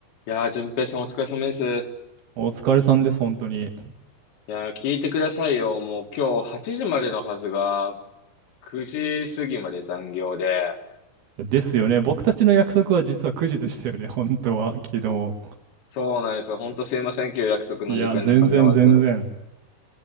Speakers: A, on the left (about 80°); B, on the right (about 65°).
A: いやー、淳平さんお疲れ様です。い
B: お疲れさんです、本当に。
A: やー、聞いてくださいよ。もう今日8時までのはずが、9時過ぎまで残業で。
B: ですよね。僕たちの約束は実は9時でしたよね、本当は、昨日。
A: そうなんですよ。ほんとすいません。今日約束の時間に間に合わず。
B: いや、全然全然。